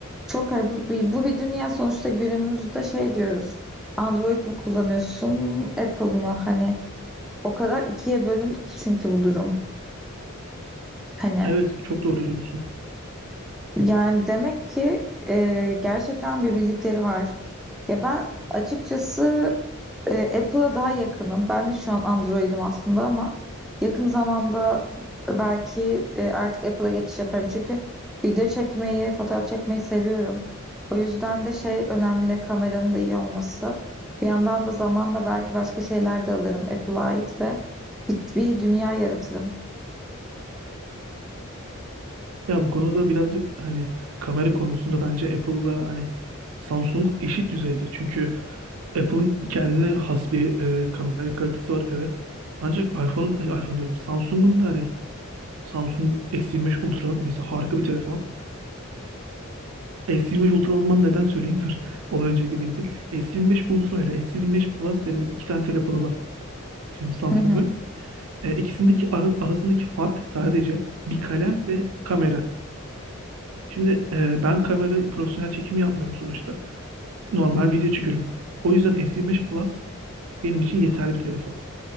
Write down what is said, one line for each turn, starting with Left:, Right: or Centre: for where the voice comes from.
Centre: çok hani bu, bu bu bir dünya sonuçta günümüzde şey diyoruz. Android mi kullanıyorsun, Apple mı? Hani o kadar ikiye bölündü ki çünkü bu durum. Hani
Right: Evet, çok doğru söylüyorsun.
Centre: Yani demek ki e, gerçekten bir bildikleri var. Ya ben açıkçası e, Apple'a daha yakınım. Ben de şu an Android'im aslında ama yakın zamanda belki e, artık Apple'a geçiş yaparım. Çünkü video çekmeyi, fotoğraf çekmeyi seviyorum. O yüzden de şey önemli, kameranın da iyi olması. Bir yandan da zamanla belki başka şeyler de alırım Apple'a ait ve bir, bir dünya yaratırım.
Right: Ya bu konuda birazcık hani kamera konusunda bence Apple'la hani Samsung eşit düzeyde. Çünkü Apple'ın kendine has bir e, kamera kalitesi var evet. Ancak iPhone e, iPhone diyorum. Samsung'un da hani Samsung S25 Ultra mesela harika bir telefon. S25 Ultra almam neden söyleyeyim dur. Onu öncelikle belirteyim. S25 Ultra ile S25 Plus denilen iki tane telefonu var. Şimdi Samsung'un.
Centre: Hı hı,
Right: E, ikisindeki ara- arasındaki fark sadece bir kalem ve kamera. Şimdi e, ben kamera profesyonel çekim yapmıyorum sonuçta. Normal video çekiyorum. O yüzden S25 Plus benim için yeterli bir telefon.